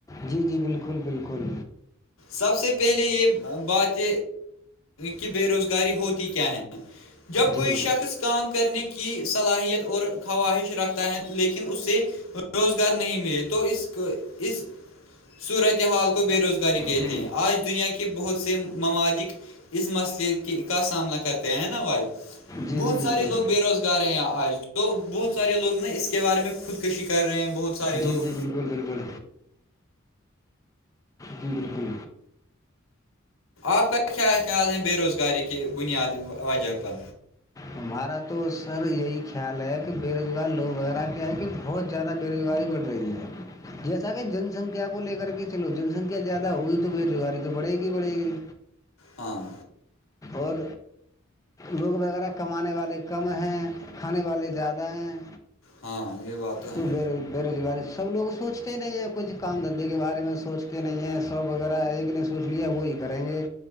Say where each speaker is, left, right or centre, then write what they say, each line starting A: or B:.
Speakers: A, on the left; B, on the left.
A: جی جی بالکل بالکل
B: سب سے پہلے یہ بات کہ بے روزگاری ہوتی کیا ہیں جب کوئی
A: جی
B: شخص کام کرنے کی صلاحیت اور خواہش رکھتا ہے لیکن اس سے روزگار نہیں ملے تو اس صورتحال کو بے روزگار کاری کہتے
A: جی
B: ہیں آج دنیا کی کہ بہت سے ممالک اس مسئلے کا سامنا کرتے ہیں نا وائیو
A: جی
B: بہت
A: جی
B: سارے
A: بالکل
B: لوگ بے روزگار آ رہے ہیں آج تو بہت سارے لوگ نا اس کے بارے میں خودکشی کر رہے ہیں بہت سارے
A: جی
B: لوگ
A: جی بالکل بالکل جی بالکل
B: آپ کا کیا خیال ہے بے روزگاری کی بنیادی وجہ پر
A: ہمارا تو سر یہی خیال ہے کہ بے روزگار لوگ وغیرہ کیا ہے کہ بہت زیادہ بےروزگاری بڑھ رہی ہے جیسا کہ جن سنکھیا کو لے کر کے چلو جن سنکھیا زیادہ ہوگی تو بےروزگاری تو بڑھے گی بڑھے گی
B: ہاں
A: اور لوگ وغ کمانے والے کم ہیں کھانے والے زیادہ ہیں
B: ہاں یہ بات ہے
A: تو ب بے روزگاری سب لوگوں سے سوچتے نہیں ہیں کچھ کام دھندے کے بارے میں سوچتے نہیں ہیں ساپ وغیرہ ایک نے سوچ لیا وہی کریں گے